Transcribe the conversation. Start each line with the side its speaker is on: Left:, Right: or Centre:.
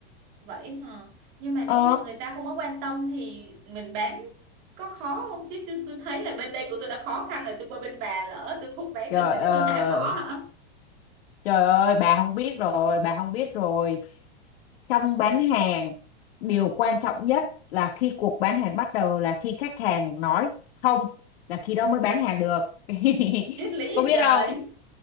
Right: vậy hả nhưng mà nếu
Left: ờ
Right: như mà người ta không có quan tâm thì mình bán có khó không chứ chứ tôi thấy là bên đây của tôi đã khó khăn rồi tôi qua bên bà lỡ tôi không bán
Left: <laughs> trời
Right: được nữa chứ
Left: ơi
Right: tôi há mỏ hả
Left: trời ơi bà không biết rồi bà không biết rồi trong bán hàng điều quan trọng nhất là khi cuộc bán hàng bắt đầu là khi khách hàng nói không là khi đó mới bán hàng được <laughs>
Right: triết lý
Left: có
Right: gì
Left: biết
Right: trời
Left: không